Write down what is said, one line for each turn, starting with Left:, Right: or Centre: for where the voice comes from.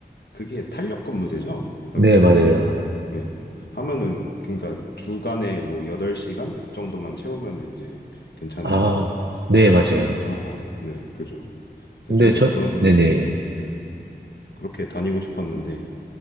Left: 그게 탄력 근무제죠? 딱
Right: 네,
Left: 그,
Right: 맞아요.
Left: 예. 하면은, 그러니까 주간에 뭐 8시간 정도만 채우면은 이제 괜찮은
Right: 아,
Left: 약간
Right: 네, 맞아요.
Left: 그런 거야. 네, 그죠. 근데
Right: 근데
Left: 저도
Right: 저,
Left: 그런,
Right: 네네.
Left: 네, 그렇게 다니고 싶었는데,